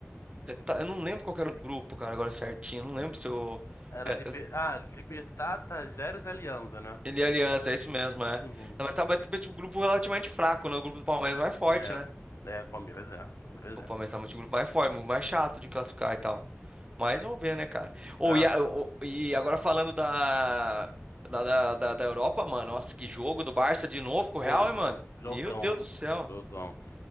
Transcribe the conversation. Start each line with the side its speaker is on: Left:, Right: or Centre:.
Right: é, tá- eu não lembro qual que era o grupo, cara, agora certinho, eu não lembro se eu.
Left: Era
Right: é,
Left: Liber...
Right: é,
Left: Ah, Libertad, Tajeres e Alianza, né?
Right: ele é Aliança, é isso mesmo, é.
Left: Sim.
Right: Não, mas tá tipo, um grupo relativamente fraco, né? O grupo do Palmeiras é mais forte,
Left: É.
Right: né?
Left: É, Palmeiras é. Palmeiras
Right: O
Left: é.
Right: Palmeiras tá um grupo mais forte, mais chato de classificar e tal. Mas vamos ver, né, cara? Ou
Left: Ah,
Right: e, a- ô, e agora falando da, da, da, da da Europa, mano. Nossa, que jogo do Barça de novo com o
Left: pô,
Right: Real,
Left: jo-
Right: hein, mano? Meu
Left: jogão.
Right: Deus do céu.
Left: Jogão.